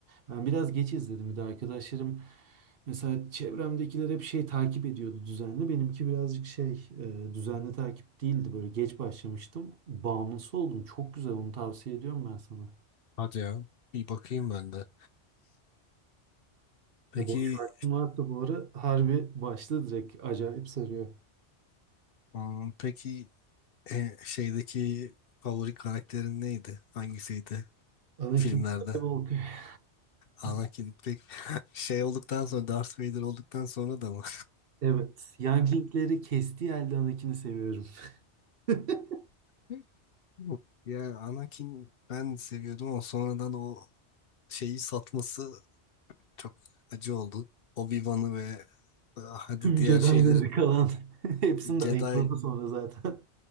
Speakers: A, on the right; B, on the left.
A: Ben biraz geç izledim. Bir de arkadaşlarım mesela çevremdekiler hep şey takip ediyordu düzenli. Benimki birazcık şey e, düzenli takip değildi. Böyle geç başlamıştım. Bağımlısı oldum. Çok güzel onu tavsiye ediyorum ben sana.
B: Hadi ya. Bir bakayım ben de. Peki
A: Ya boş vaktin varsa bu ara harbi başla direkt. Acayip sarıyor.
B: ım, peki e, şeydeki favori karakterin neydi? Hangisiydi
A: Anakin
B: filmlerde?
A: Skywalker.
B: Anakin
A: <laughs>
B: pek <laughs> şey olduktan sonra Darth Vader olduktan sonra da mı?
A: Evet. Youngling'leri kestiği halde Anakin'i seviyorum. <laughs>
B: <laughs> Yok. Ya Anakin ben seviyordum ama sonradan o şeyi satması çok acı oldu. Obi-Wan'ı ve e, hadi
A: Tüm
B: diğer
A: Jedi'ları
B: şeyleri
A: kalan. <laughs> Hepsini
B: Jedi
A: de ayıkladı sonra zaten.